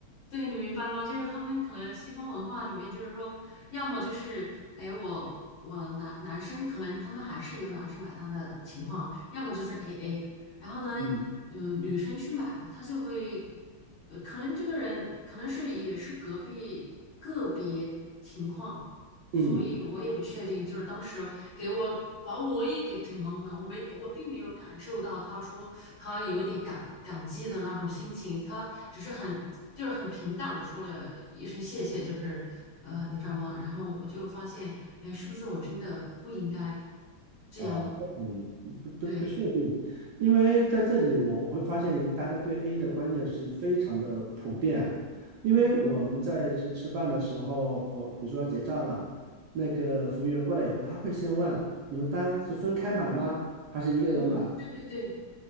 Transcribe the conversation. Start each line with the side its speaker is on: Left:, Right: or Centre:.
Left: 对，你明白吗？就是他们可能西方文化里面，就是说，要么就是，哎，我我男男生可能他们还是由男生买单的情况，要么就是 AA，然后呢，
Right: 嗯
Left: 嗯、女生去买了，她就会，呃，可能这个人可能是也是隔壁个别情况，所以我也不确定，
Right: 嗯，
Left: 就是当时给我把我也给整懵了，我没我并没有感受到他说他有点感感激的那种心情，他只是很就是很平淡的说了一声谢谢，就是呃你知道吗？然后我就发现，哎，是不是我真的不应该这样？
Right: 啊，这嗯，不不不确定，
Left: 对，
Right: 因为在这里我我会发现大家对 A 的观念是非常的普遍，因为我们在吃吃饭的时候，
Left: 嗯
Right: 比如说要结账了，那个服务员过来以后，他会先问你们单是分开买吗，还是一个人买？
Left: 嗯，对对对